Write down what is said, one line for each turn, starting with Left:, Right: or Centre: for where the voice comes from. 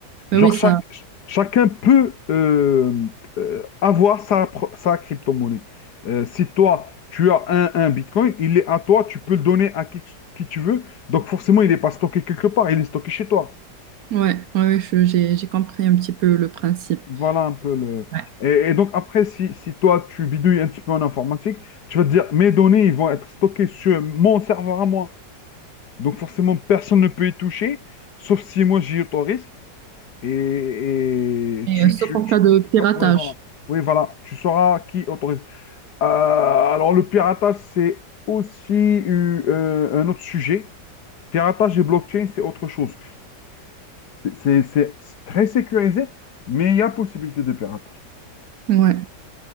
Right: ouais,
Left: Genre,
Right: oui, ça,
Left: chaque, ch- chacun peut euh, euh, avoir sa, pro- sa crypto-monnaie. Euh, si toi, tu as un, un Bitcoin, il est à toi, tu peux le donner à qui, qui tu veux. Donc, forcément, il n'est pas stocké quelque part, il est stocké chez toi.
Right: ouais, ouais, ouais, je- j'ai j'ai compris un petit peu le principe.
Left: Voilà un peu le...
Right: Ouais.
Left: Et, et donc, après, si, si toi, tu bidouilles un petit peu en informatique, tu vas te dire, mes données, ils vont être stockées sur mon serveur à moi. Donc forcément, personne ne peut y toucher, sauf si moi j'y autorise. Et, et
Right: Et,
Left: tu,
Right: euh, sauf
Left: tu,
Right: en
Left: tu-
Right: cas de piratage.
Left: tu ouais, voilà. Oui, voilà, tu sauras qui autorise. Euh, alors le piratage, c'est aussi eu, euh, un autre sujet. Piratage et blockchain, c'est autre chose. C'est c'est- c'est- c'est très sécurisé, mais il y a possibilité de piratage.
Right: Ouais.